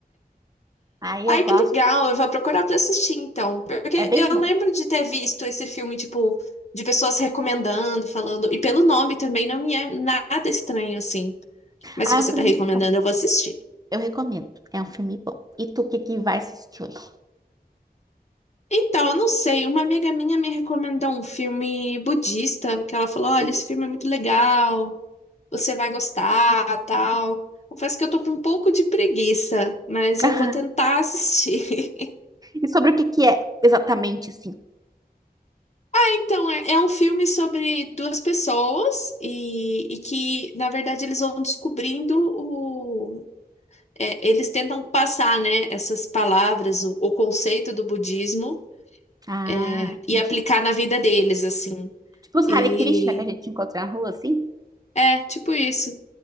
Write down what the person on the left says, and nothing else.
Ai,
que legal, eu vou procurar pra assistir então, porque
eu
lembro de ter visto esse filme, tipo, de pessoas recomendando, falando, e pelo nome também não me é nada estranho assim, mas
se você
tá recomendando,
eu vou assistir.
Então, eu não sei, uma amiga minha me recomendou um filme budista, que ela falou, olha,
esse filme é muito legal, você vai gostar, tal. Confesso que eu tô com um pouco de preguiça, mas
eu vou tentar assistir. <laughs>
Então, é, é um filme sobre duas pessoas e, e que, na verdade, eles vão descobrindo o. é, eles tentam passar, né, essas palavras, o, o conceito do budismo
é,
e aplicar na vida deles, assim.
E
é, tipo isso.